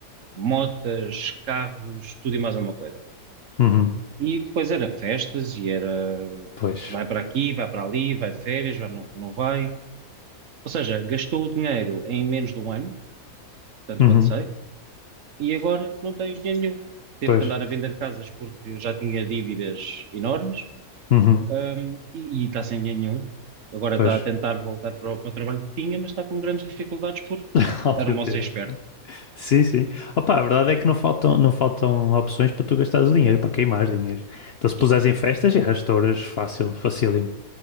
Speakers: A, on the right; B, on the left.
A: motas, carros, tudo e mais alguma coisa.
B: Uhum,
A: E depois era festas e era
B: pois,
A: vai para aqui, vai para ali, vai de férias, vai, não, não vai. Ou seja, gastou o dinheiro em menos de um ano, tanto
B: uhum,
A: quanto sei, e agora não tem dinheiro nenhum. Teve
B: pois,
A: que andar a vender casas porque já tinha dívidas enormes
B: uhum,
A: Um, e, e está sem dinheiro nenhum. Agora
B: pois.
A: está a tentar voltar para o, para o trabalho que tinha, mas está com grandes dificuldades porque
B: <laughs> Oh,
A: era
B: meu
A: um moço
B: Deus.
A: esperto.
B: Sim, sim. Opa, a verdade é que não faltam, não faltam opções para tu gastares o dinheiro, para queimares dinheiro. Então, se puseres
A: Oh, Sim,
B: em festas, já estouras fácil, facílimo.